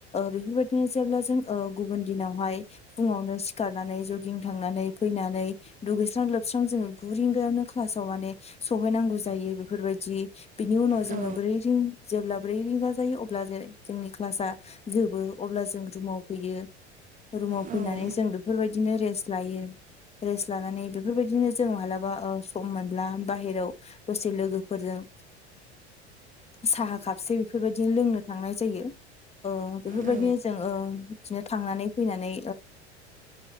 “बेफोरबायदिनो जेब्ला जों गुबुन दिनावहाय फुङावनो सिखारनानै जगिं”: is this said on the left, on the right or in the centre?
Left